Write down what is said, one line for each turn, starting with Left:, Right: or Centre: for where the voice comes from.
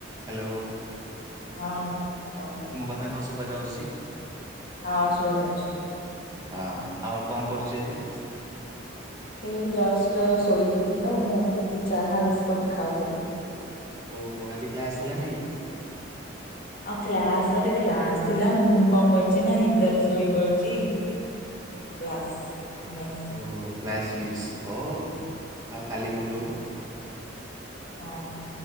Right: Hello.
Left: ହଁ hello.
Right: ମୋ କଥା କଣ ଶୁବା ଯାଉଚି?
Left: ହଁ ଶୁଭା ଯାଉଚି।
Right: ହଁ ଆଉ କଣ କରୁଚି ଏବେ?
Left: ଏଇ ଜଷ୍ଟ ଶୋଇଥିଲି ତ ମୁଁ ଟିକି ଚାହା ବିସ୍କୁଟ ଖାଉଥିଲି।
Right: ଓହୋ ଆଜି କ୍ଲାସ ହେଲା ନି କି?
Left: ଆଉ କ୍ଲାସରେ କ୍ଲାସ ଥିଲା ମୁଁ କଣ କରିଚି? ନା ନିଦରେ ଶୋଇ ପଡିଚି। Class miss.
Right: ଓ କ୍ଲାସ ମିସ୍ ହଉ ଆଉ କାଲି କରିଦବୁ ଆଉ।
Left: ହଁ।